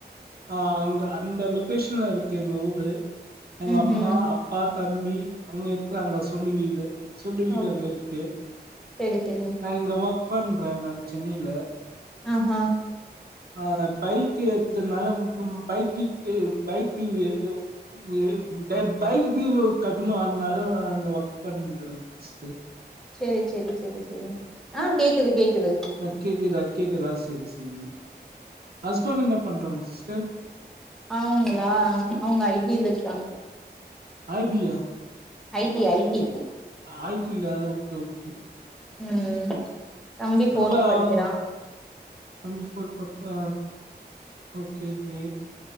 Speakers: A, on the right; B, in the centre.
A: ஆ அங்க அந்த லொகேஷன்ல இருக்கு எங்க ஊரு எங்க
B: ம்
A: அம்மா
B: ம்
A: அப் பா தம்பி அங்க இருக்கிறாங்க சொண்டி வீடு பிரண்டு வீடு
B: ஓ
A: அங்க இருக்கு
B: செரி செரிங்க
A: நா இங்க ஒர்க் பண்றே நா சென்னையில
B: ஆஹ்ஹா
A: ஆ பைக் ஏத்த ருதுனலா வந்து ம் பைக் டிவுக்கே பைக் டிவு ஒ இது பை பைக் டியூ‌ கட்டணு அதனால ஆ இங்க ஒர்க் பண்ணிணு இருங்கற ஃபர்ஸ்ட் டு
B: சேரி சேரி சேரி சேரி ஆ கேக்குது கேக்குது
A: அ கேக்குதா கேக்குதா சேரி சேரி ஹஸ்பண்ட்டு என்ன பண்றாங்க சிஸ்டர்
B: அவுங்களா அவுங்க ஐ டி யில இருக்காங்க
A: ஐ டி யா
B: ஐ டி‌ ஐ டி
A: ஆ ஐ டி யா ஓக்கே ஓக்கே
B: ம் ம் தம்பி
A: சுபாவ்
B: ஃபோர்த் படிக்கிறா
A: கம்பில் ஸ்கூல் பப்பா ஓகே ஓகே